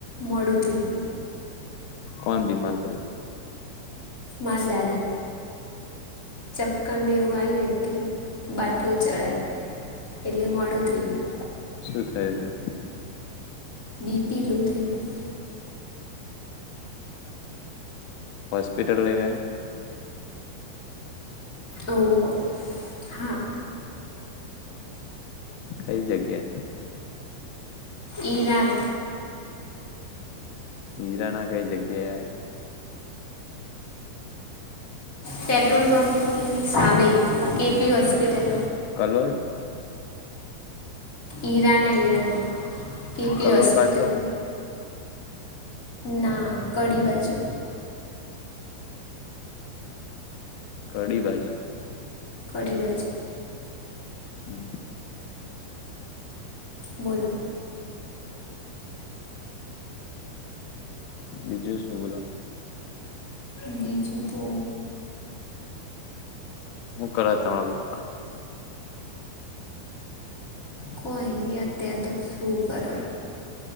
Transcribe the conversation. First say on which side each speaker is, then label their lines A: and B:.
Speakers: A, on the left; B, on the left.
A: મોડું થઈ ગયું.
B: કોણ બીમાર પડી?
A: મારા દાદા ચક્કર ને એવું આઈવું ને એટલે બાટલો ચડાય એટલે મોડું થઈ ગયું.
B: શું થાય તો?
A: બીપી લો થઈ ગઈ.
B: હોસ્પિટલ લઈ ગયા.
A: ઓ હા.
B: કઈ જગ્યા?
A: ઈરાન.
B: હીરાના કઈ જગ્યાએ.
A: પેટ્રોલ પંપની સામે કે પી હોસ્પિટલ.
B: કલર.
A: ઈરાના ઈરાના કે પી
B: કલોલ
A: હોસ્પિટલ.
B: બાજુ આયો?
A: ના કડી બાજુ.
B: કડી બાજુ.
A: કડી બાજ.
B: હમ્મ.
A: બોલો.
B: બીજું શું બોલો.
A: બીજું તો.
B: હું કરે તમારા પપ્પા?
A: કોઈ ની. ત્યા તો શું કર